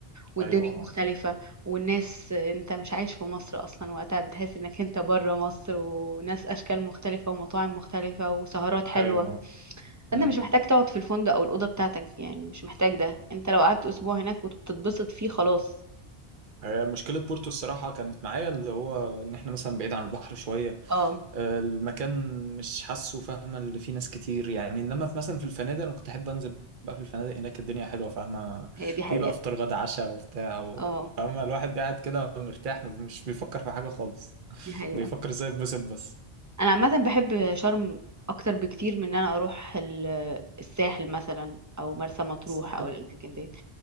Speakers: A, on the right; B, on the right.
A: والدنيا
B: ايوه
A: مختلفة والناس انت مش عايش في مصر اصلا وقتها بتحس انك انت بره مصر وناس اشكال مختلفة ومطاعم مختلفة وسهرات حلوة
B: ايوه
A: فانت
B: مم.
A: مش محتاج تقعد في الفندق او الاوضة بتاعتك يعني مش محتاج ده انت لو قعدت اسبوع هناك وتتبسط فيه خلاص
B: آه، مشكلة بورتو الصراحة كانت معايا اللي هو إن إحنا مثلا بعيد عن البحر شوية
A: اه
B: آه، المكان مش حاسه فاهمة اللي فيه ناس كتير يعني إنما في مثلا في الفنادق أنا كنت أحب أنزل بقى في الفنادق هناك الدنيا حلوة فاهمة
A: هي دي حقيقة
B: في بقى فطار غدا عشاء وبتاع و-
A: اه
B: فاهمة الواحد قاعد كده مرتاح مش بيفكر في حاجة خالص
A: دي حقيقة
B: بيفكر إزاي يتبسط بس
A: انا عامه بحب شرم اكتر بكتير من ان انا اروح ال- الساحل مثلا او مرسى مطروح
B: حلو
A: او الاماكن دي